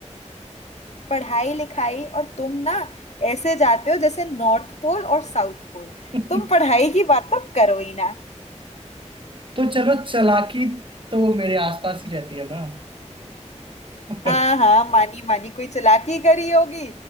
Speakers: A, on the left; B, on the right.
A: पढ़ाई लिखाई और तुम ना ऐसे जाते हो जैसे नॉर्थ पोल और साउथ पोल
B: <laughs>
A: तुम पढ़ाई की बात तो करो ही ना
B: तो चलो चालाकी तो मेरे आसपास ही रहती है ना <laughs>
A: हाँ हाँ मानी मानी कोई चालाकी करी होगी